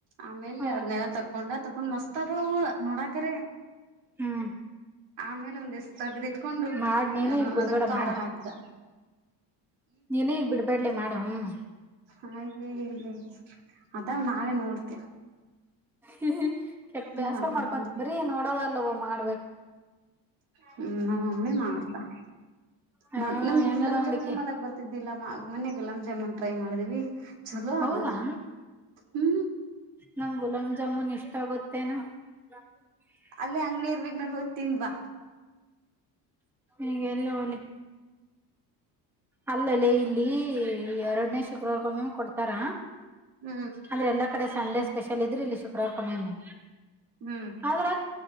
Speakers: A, on the right (about 75°); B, in the centre.
A: ಆಮೇಲ
B: ಹಾ
A: ಅದ್ನೆಲ್ಲ ತಕೊಂಡ ತಕೊಂಡ್ ಮಸ್ತಾದವ ಅವು ನೋಡಾಕರೆ
B: ಹ್ಮ್
A: ಆಮೇಲ ಒಂದಿಸ್ ತಗ್ದಿಟ್ಕೊಂಡು
B: ಮಾಡ್ ನೀನು
A: ಹ
B: ಈಗ ಬಿಡ್ಬೇಡ
A: ಅದಕ್ ಖಾರ
B: ಮಾಡ
A: ಹಾಕಿದ್
B: ನೀನು ಈಗ್ ಬಿಡ್ಬಾಡ್ಲೆ ಮಾಡು ಹ್ಮ್
A: ಹಾಗೆ ಇದೆ ಅದವ್ ನಾಳೆ ನೋಡ್ತಿನ್
B: ಹ ಕೆಟ್ಟ ಬ್ಯಾಸರ
A: ಮಾಡ್ಕೊಂಡ
B: ಮಾಡ್ಕೊಂತಿ ಬರಿ ನೋಡದ ಅಲ್ವ ಮಾಡ್ಬೇಕ್
A: ಹ್ಮ್ ನಮ್ಮ ಮಮ್ಮಿ ಮಾಡ್ತಾಳ್
B: ಹಾ
A: ಮ ನಮ್
B: ಹೆಂಗದ
A: ಗುಲಾಮ್
B: ನೋಡಿಕಿ
A: ಜಮೂನೆ ಮಾಡಕ್ ಬರ್ ದಿಲ್ಲ ಮೊನ್ನೆ ಗುಲಾಮ್ ಜಾಮೂನ್ ಟ್ರೈ ಮಾಡಿದ್ವಿ ಚಲೋ
B: ಹೌದಾ
A: ಅದು ಹ್ಮ
B: ನಮ್ಗ್ ಗುಲಾಂ ಜಾಮೂನ್ ಇಷ್ಟ ಗೋತ್ತೇನ್ <inaudible>
A: ಅಲ್ಲೇ ಅಂಗಡಿ ಇರ್ಬೇಕ್ ನೋಡ ಹೋಗಿ ತಿಂದ್ ಬಾ
B: ಈಗೆಲ್ಲ್ ಹೋಲಿ ಅಲ್ಲಲ್ಲೇ ಇಲ್ಲಿ ಎರಡನೇ ಶುಕ್ರವಾರಕೊಮ್ಮೆಮ್ಮ ಕೊಡ್ತಾರ್
A: ಹ್ಮ
B: ಅಂದ್ರ ಎಲ್ಲಾ ಕಡೆ ಸಂಡೇ ಸ್ಪೆಷಲ್ ಇದ್ರ ಇಲ್ಲಿ ಶುಕ್ರವಾರಕೊಮ್ಮೆಮ್ಮಿ
A: ಹ್ಮ್
B: ಅದ್ರ..